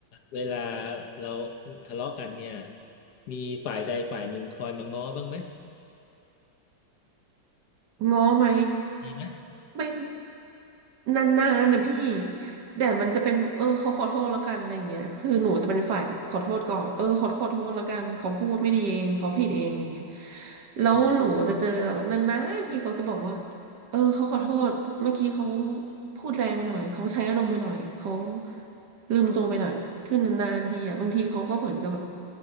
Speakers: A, on the left; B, on the right.
A: เวลาเราทะเลาะกันเนี่ยมีฝ่ายใดฝ่ายหนึ่งคอยมาง้อบ้างไหม
B: ง้อไหม
A: มีไหม
B: ไม่นานๆนะพี่แต่มันจะเป็นแบบเออเขาขอโทษแล้วกันอะไรอย่างเงี้ยคือหนูจะเป็นฝ่ายแบบขอโทษก่อนเออขอขอโทษแล้วกันเขาพูดไม่ดีเองเขาผิดเองอะไรเงี้ยแล้วหนูจะเจอแบบนานๆที่เขาจะบอกว่า
A: อืม
B: เออเขาขอโทษเมื่อกี้เขาพูดแรงไปหน่อยเขาใช้อารมณ์ไปหน่อยเขาลืมตัวไปหน่อยคือนานๆทีอ่ะบางทีเขาก็เหมือนกับแบบ